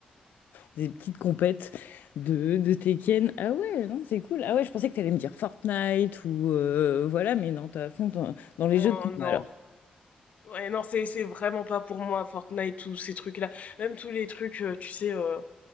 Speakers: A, on the left (about 90°); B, on the left (about 55°).
A: Des petites compètes de, de Tekken. Ah ouais, non, c'est cool. Ah ouais, je pensais que t'allais me dire Fortnite ou euh, voilà, mais non, t'as à fond dans, dans les jeux
B: Non,
A: de combat
B: non.
A: alors.
B: Ouais, non, c'est c'est vraiment pas pour moi Fortnite, tous ces trucs-là. Même tous les trucs, euh, tu sais. euh,